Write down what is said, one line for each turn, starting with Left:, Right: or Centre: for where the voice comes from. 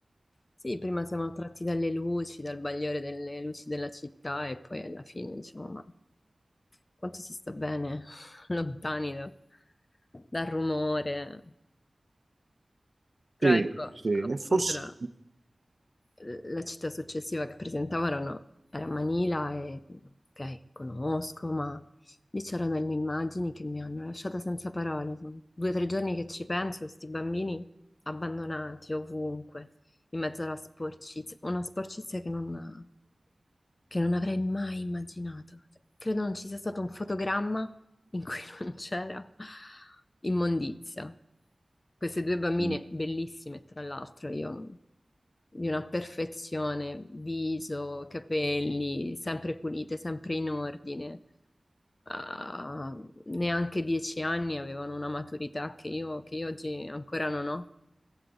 Left: Sì, prima siamo attratti dalle luci, dal bagliore delle luci della città e poi alla fine diciamo, ma quanto si sta bene <laughs> lontani da- dal rumore. Però
Right: Sì,
Left: ecco,
Right: sì, e
Left: appunto
Right: forse
Left: la, la città successiva che presentavano era Manila e ok, conosco, ma lì c'erano delle immagini che mi hanno lasciata senza parole. Sono due o tre giorni che ci penso, questi bambini abbandonati ovunque, in mezzo alla sporcizia, una sporcizia che non, che non avrei mai immaginato. Cioè, Credo non ci sia stato un fotogramma in cui <laughs> non c'era immondizia. Queste due bambine
Right: mm,
Left: bellissime, tra l'altro, io di una perfezione, viso, capelli, sempre pulite, sempre in ordine. Ah, neanche dieci anni avevano una maturità che io, che io oggi ancora non ho